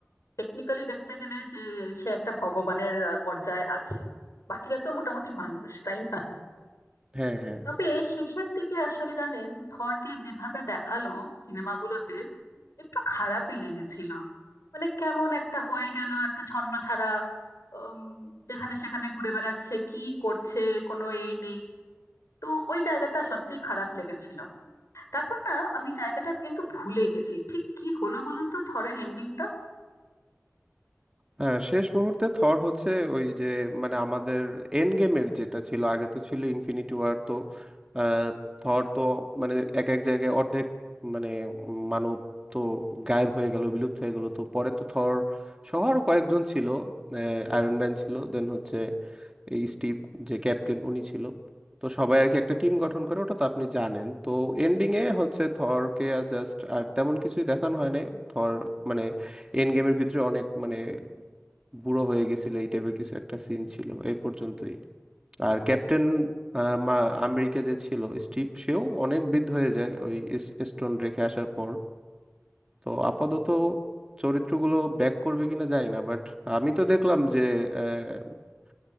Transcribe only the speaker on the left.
টেকনিক্যালি দেখতে গেলে সে সে একটা ভগবানের আহ, পর্যায়ে আছে বাকিরা তো মোটামুটি মানুষ তাই না
তবে শেষের দিকে আসলে জানেন থরকে যেভাবে দেখালো সিনেমাগুলোতে একটু খারাপই লেগেছিল মানে কেমন একটা হয়ে গেল একটা ছন্নছাড়া উম, যেখানে সেখানে ঘুরে বেড়াচ্ছে কি করছে কোনো এ নেই তো ওই জায়গাটা সত্যিই খারাপ লেগেছিল তারপর না আমি জায়গাটা কিন্তু ভুলে গেছি ঠিক কি হলো বলুন তো থরের এন্ডিংটা